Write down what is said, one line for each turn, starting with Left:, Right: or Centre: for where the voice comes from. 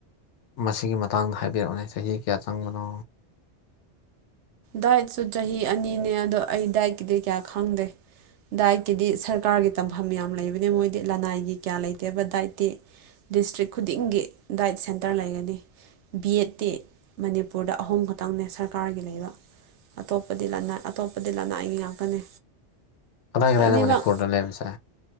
Left: ꯃꯁꯤꯒꯤ ꯃꯇꯥꯡꯗ ꯍꯥꯏꯕꯤꯔꯛꯑꯣꯅꯦ ꯆꯍꯤ ꯀꯌꯥ ꯆꯪꯕꯅꯣ
Right: ꯗꯥꯏꯠꯁꯨ ꯆꯍꯤ ꯑꯅꯤꯅꯦ ꯑꯗꯣ ꯑꯩ ꯗꯥꯏꯠꯀꯤꯗꯤ ꯀꯌꯥ ꯈꯪꯗꯦ ꯗꯥꯏꯠꯀꯤꯗꯤ ꯁꯔꯀꯥꯔꯒꯤ ꯇꯝꯐꯝ ꯌꯥꯝ ꯂꯩꯕꯅꯦ ꯃꯣꯏꯗꯤ ꯂꯅꯥꯏꯒꯤ ꯀꯌꯥ ꯂꯩꯇꯦꯕ ꯗꯥꯏꯠꯇꯤ ꯗꯤꯁꯇ꯭ꯔꯤꯛ ꯈꯨꯗꯤꯡꯒꯤ ꯗꯥꯏꯠ ꯁꯦꯟꯇꯔ ꯂꯩꯒꯅꯤ ꯕꯤꯑꯦꯠꯇꯤ ꯃꯅꯤꯄꯨꯔꯗ ꯑꯍꯨꯝ ꯈꯛꯇꯪꯅꯦ ꯁꯔꯀꯥꯔꯒꯤ ꯂꯩꯕ ꯑꯇꯣꯞꯄꯗꯤ ꯂꯅꯥꯏ ꯑꯇꯣꯞꯄꯗꯤ ꯂꯅꯥꯏꯒꯤ ꯉꯥꯛꯇꯅꯦ
Left: ꯀꯗꯥꯏ ꯀꯗꯥꯏꯗ
Right: ꯑꯅꯤꯃꯛ
Left: ꯃꯅꯤꯄꯨꯔꯗ ꯂꯩꯕꯁꯦ